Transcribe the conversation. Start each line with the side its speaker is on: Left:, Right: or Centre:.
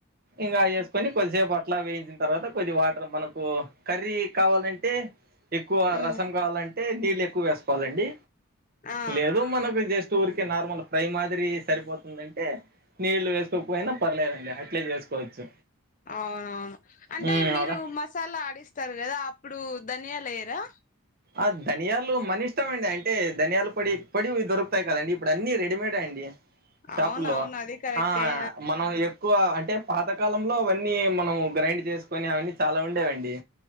Right: ఇంకా వేసుకొని కొద్దిసేపు అట్లా వేయించిన తర్వాత కొద్ది వాటర్ మనకు కర్రీ కావాలంటే ఎక్కువ
Left: ఉమ్
Right: రసం కావాలంటే అంటే నీళ్ళు ఎక్కువ వేసుకోవాలండి
Left: ఆ
Right: లేదు మనకు జస్ట్ ఉరికె నార్మల్ ఫ్రై మాదిరి సరిపోతుందంటే నీళ్లు వేసుకోకపోయినా పర్లేదండి అ అట్లే చేసుకోవచ్చు
Left: అవునవును అంటే
Right: మ్మ్
Left: మీరు
Right: అలా
Left: మసాలా ఆడిస్తారు కదా అప్పుడు ధనియా లేరా
Right: ఆ ధనియాలు మన ఇష్టంమండి అంటే ధనియాల పొడి పొడివి దొరుకుతాయి కదండి ఇప్పుడు అన్ని రెడీమేడే అండి షాపులో
Left: అవునవును అది కరెక్టే
Right: ఆ మనం ఎక్కువ అంటే పాతకాలంలో అవన్నీ మనము గ్రైండ్ చేసుకొని అవన్నీ చాలా ఉండేవండి